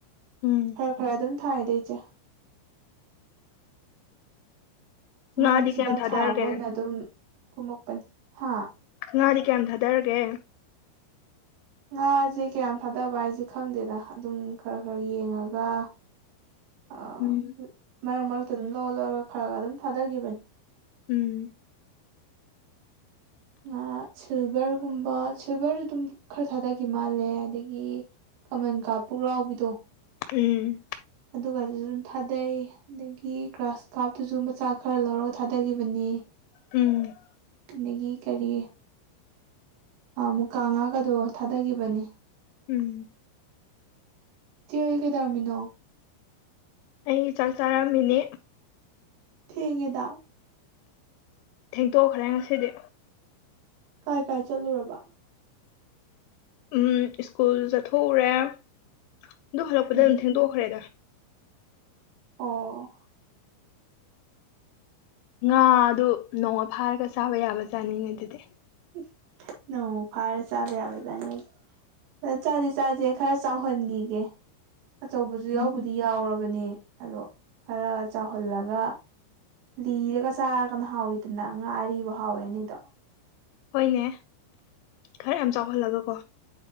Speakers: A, on the left (about 85°); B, on the right (about 85°).
A: ꯎꯝ
B: ꯈ꯭ꯔꯥ ꯈ꯭ꯔꯥ ꯑꯗꯨꯝ ꯊꯥꯏꯗ ꯏꯆꯦ ꯉꯥ
A: ꯉꯥꯗꯤ
B: ꯃꯆꯤꯟꯖꯥꯛ
A: ꯀꯌꯥꯝ ꯊꯥꯗꯔꯒꯦ
B: ꯊꯥꯕ ꯑꯣꯏꯅ ꯑꯗꯨꯝ ꯀꯨꯝꯃꯛꯄꯅꯤ ꯍꯥ
A: ꯉꯥꯗꯤ ꯀꯌꯥꯝ ꯊꯥꯗꯔꯒꯦ
B: ꯉꯥꯁꯦ ꯀꯌꯥꯝ ꯊꯥꯗꯕ ꯍꯥꯏꯁꯦ ꯈꯪꯗꯦꯗ ꯑꯗꯨꯝ ꯈ꯭ꯔꯥ ꯈ꯭ꯔꯥ ꯌꯦꯡꯉꯒꯥ ꯑꯥ
A: ꯎꯝ
B: ꯃꯔꯛ ꯃꯔꯛꯇ ꯑꯗꯨꯝ ꯂꯧꯔ ꯂꯧꯔꯒ ꯈ꯭ꯔꯥꯒꯥ ꯑꯗꯨꯝ ꯊꯥꯗꯒꯤꯕꯥꯅꯤ
A: ꯎꯝ
B: ꯉꯥ ꯁꯤꯜꯚꯔꯒꯨꯝꯕ ꯁꯤꯜꯚꯔ ꯑꯗꯨꯝ ꯈ꯭ꯔꯥ ꯊꯥꯗꯒꯤꯕꯥ ꯃꯥꯜꯂꯦ ꯑꯗꯒꯤ ꯀꯃꯟ ꯀꯞ ꯄꯨꯛꯂꯥꯎꯕꯤꯗꯣ
A: ꯎꯝ
B: ꯑꯗꯨꯒ ꯗꯨꯁꯨ ꯑꯗꯨꯝ ꯊꯥꯗꯩ ꯑꯗꯒꯤ ꯒ꯭ꯔꯥꯁ ꯀꯥꯞꯇꯨꯁꯨ ꯃꯆꯥ ꯈ꯭ꯔꯥ ꯂꯧꯔꯒ ꯊꯥꯗꯒꯤꯕꯅꯤ
A: ꯎꯝ
B: ꯑꯗꯒꯤ ꯀꯔꯤ ꯃꯨꯀꯥ ꯉꯥꯒꯗꯣ ꯊꯥꯗꯒꯤꯕꯅꯤ
A: ꯎꯝ
B: ꯆꯦ ꯍꯣꯢ ꯀꯩꯗꯧꯔꯝꯃꯤꯅꯣ
A: ꯑꯩ ꯆꯥꯛ ꯆꯥꯔꯝꯃꯤꯅꯤ
B: ꯊꯦꯡꯉꯦꯗ
A: ꯊꯦꯡꯇꯣꯛꯈ꯭ꯔꯦ ꯉꯁꯤꯗꯤ
B: ꯀꯥꯏ ꯀꯥꯏ ꯆꯠꯂꯨꯔꯕ
A: ꯎꯝ ꯁ꯭ꯀꯨꯜ ꯆꯠꯊꯣꯛꯎꯔꯦ ꯑꯗꯨ ꯍꯜꯂꯛꯄꯗ
B: ꯎꯝ
A: ꯑꯗꯨꯝ ꯊꯦꯡꯗꯣꯛꯈ꯭ꯔꯦꯗ
B: ꯑꯣ
A: ꯉꯥ ꯗꯨ ꯅꯣꯡꯃ ꯐꯥꯔꯒ ꯆꯥꯕ ꯌꯥꯕ ꯖꯥꯠꯅꯤꯅꯦ ꯑꯗꯨꯗꯤ
B: <unintelligible> ꯅꯣꯡꯃ ꯐꯔꯒ ꯆꯥꯕꯥ ꯌꯥꯕꯥ ꯖꯠꯅꯤ ꯆꯥꯖꯦ ꯆꯥꯖꯦ ꯈ꯭ꯔꯥ ꯆꯥꯎꯍꯟꯒꯤꯒꯦ ꯑꯆꯧꯕꯖꯨ ꯌꯥꯎꯕꯨꯗꯤ
A: ꯎꯝ
B: ꯌꯥꯎꯔꯕꯅꯦ ꯑꯗꯣ ꯈꯔꯥ ꯆꯥꯎꯍꯜꯂꯒ ꯂꯤꯔꯒ ꯆꯥꯔꯒꯅ ꯍꯥꯎꯏꯗꯅ ꯉꯥ ꯑꯔꯤꯕ ꯍꯥꯎꯋꯦ ꯍꯥꯏꯅꯩꯗꯣ
A: ꯍꯣꯏꯅꯦ ꯈꯔꯥ ꯌꯥꯝ ꯆꯥꯎꯍꯜꯂꯒꯀꯣ